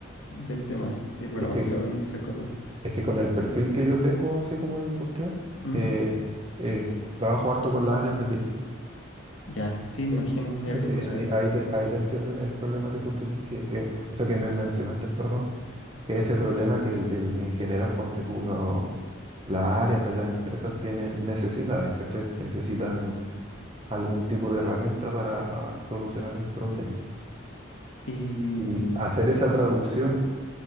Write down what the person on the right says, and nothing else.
Es que,
es que con el perfil que yo tengo, así como de industrial,
eh, eh, trabajo harto con las áreas de TI.
¿sí?
Entonces,
ahí,
ahí, te, ahí te entiendo el problema que tú tenías, que, eh, o sea, que me mencionaste, perdón, que ese problema que el, el- en general, ponte tú, lo- las áreas de las empresas tienen necesidades, ¿cachai? Necesitan algún tipo de herramienta para ah, solucionar un problema.
Y hacer esa traducción